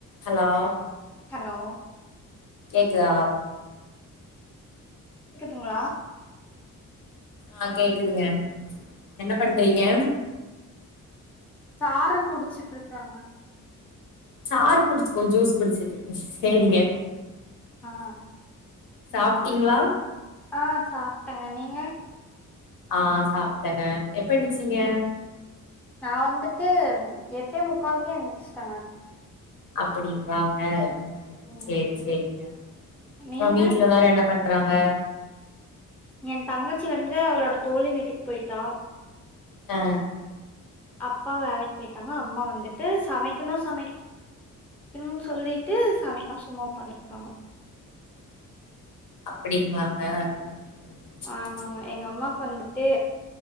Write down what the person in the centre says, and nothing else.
ஹலோ
கேக்குதுங்களா
சாறு குடிச்சிட்டு இருக்கேங்க
ஆ
ஆ சாப்ட்டங்க நீங்க
நா வந்துட்டு எட்டே முக்காலுக்கே எந்துருச்ட்டேங்க
ம்
நீங்க
என் தங்கச்சி வந்து அவளோட தோழி வீட்டுக் போய்ட்டா
அப்பா வேலைக்கு போய்ட்டாங்க அம்மா வந்துட்டு சமைக்கணு சமைக் கனு சொல்லிட்டு சமைக்காம சும்மா உக்காந்துருகாங்க
ஆமாங்க
எங்க அம்மாக்கு வந்துட்டு